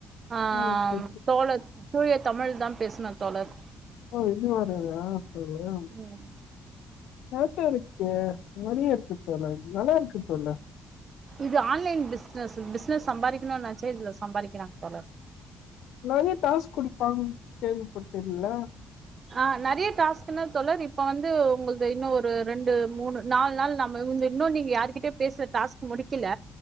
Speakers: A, on the right (about 45°); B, on the left (about 80°).
A: ஆ
B: ஓகே
A: தோழர் தூய தமிழ்தா பேசனு தோழர்.
B: ஓ இது வேரைய தோழே
A: ம்
B: ஓகேயாருக்கு நெறைய இருக்கு தோழர் நல்லா இருக்கு தோழர்
A: இது ஆன்லைன் பிச்னஸ் பிச்னஸ் சம்பாரிக்கணுனெச்சா இதுல சம்பாரிக்கிறாங்க தோழர்
B: நெறைய டாஸ்க் குடுப்பாங் கேள்வி பட்டே இதுல
A: அ நெறைய டாஸ்க்னா தோழர் இப்ப வந்து உங்கள்து இன்னு ஒரு ரெண்டு மூணு நாலு நாள் நம்ம நீங்க இன்னு நீங்க யார்கிட்டயு பேசுற டாஸ்க் முடிக்கல